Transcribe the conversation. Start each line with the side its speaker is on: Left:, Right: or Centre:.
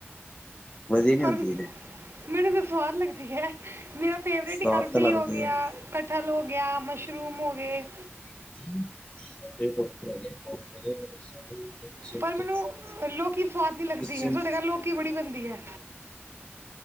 Left: ਵਧੀਆ ਨੀ
Right: ਪਰਮ,
Left: ਹੁੰਦੀ ਇਹ,
Right: ਮੈਨੂੰ 'ਤੇ ਸਵਾਦ ਲੱਗਦੀ ਹੈ ਮੇਰਾ ਫੇਵਰੇਟ
Left: ਸਵਾਦ
Right: ਈ ਅਰਬੀ
Left: ਤਾਂ ਲੱਗਦੀ
Right: ਹੋ ਗਿਆ,
Left: ਹੈ।
Right: ਕਠਲ ਹੋ ਗਿਆ, ਮਸ਼ਰੂਮ ਹੋਗੇ।
Left: <inaudible>
Right: ਪਰ
Left: ਕੁਛ-
Right: ਮੈਨੂੰ ਲੋਕੀ ਸਵਾਦ ਨੀ ਲੱਗਦੀ
Left: ਕਿਸੇ
Right: ਹੈ
Left: ਹੂੰ,
Right: ਸੋਡੇ ਘਰ ਲੋਕੀ ਬੜੀ ਬਣਦੀ ਐ।